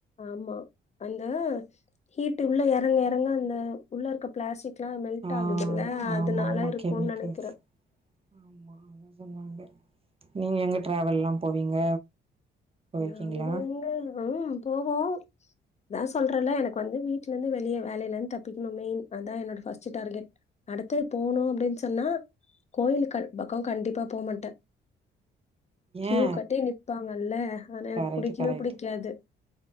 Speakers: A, on the left (about 35°); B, on the right (about 30°).
A: ஆமா அந்த ஹீட்டு உள்ள எறங்க எறங்க அந்த உள்ள இருக்க பிளாஸ்டிக் ல்லா மெல்ட்
B: ஆ
A: ஆகுதுல அதனால
B: ஆமா ஆமா
A: இருக்கூன்
B: கெமிக்கல்ஸ்
A: நெனைக்கிற.
B: ஆமா அதா சொன்னாங்க நீங்க எங்க டிராவல் ல்லா போவீங்க போயிருக்கீங்களா
A: நாங்க எங்க உஹ்ம் போவோ. அதா சொல்றல்ல எனக்கு வந்து வீட்லந்து வெளிய வேலைல இந்து தப்பிக்ணு. மெயின் அதா என்னோட ஃபர்ஸ்ட் டார்கெட். அடுத்து போணு அப்டின் சொன்னா கோயிலுக்கு பக்கோ கண்டிப்பா போமாட்ட. க்யூ
B: ஏ
A: கட்டி நிப்பாங்கல்ல. அது எனக்கு
B: கரெக்ட்
A: புடிக்வும்
B: கரெக்ட்
A: புடிக்காது.